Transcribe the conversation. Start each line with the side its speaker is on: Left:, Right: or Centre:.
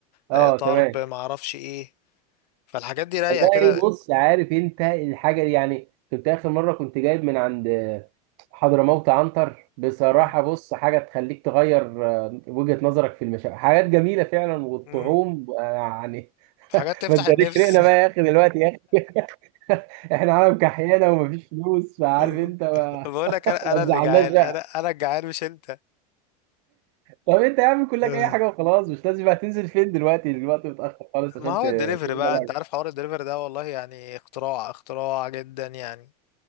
Right: اه
Left: آه، طرب
Right: تمام
Left: ما اعرفش ايه فالحاجات دي رايقه
Right: والله
Left: كده
Right: بص عارف انت الحاجه دي يعني كنت اخر مره كنت جايب من عند حضرموت عنتر بصراحه
Left: مم،
Right: بص حاجه تخليك تغير آه، وجهه نظرك في المشاكل حاجات جميله فعلا والطعوم
Left: مم.
Right: آه، يعني
Left: حاجات تفتح
Right: ما تجريش
Left: النفس
Right: ريقنا بقى يا اخي دلوقتي يا اخي <laughs> احنا عالم كحيانه ومفيش فلوس فعارف
Left: <laughs>
Right: انت ما
Left: بقول لك انا
Right: ما
Left: أنا اللي
Right: تزعلناش
Left: جعان
Right: بقى
Left: انا انا الجعان مش انت
Right: طب انت يا عم كلك
Left: <laughs>
Right: اي حاجه وخلاص مش لازم بقى تنزل فين دلوقتي دلوقتي متاخر خالص عشان
Left: ما هو
Right: ت-
Left: الدليفري
Right: تجيب
Left: بقى
Right: حاجة
Left: انت عارف حوار الدليفري ده والله يعني اختراع اختراع جدا يعني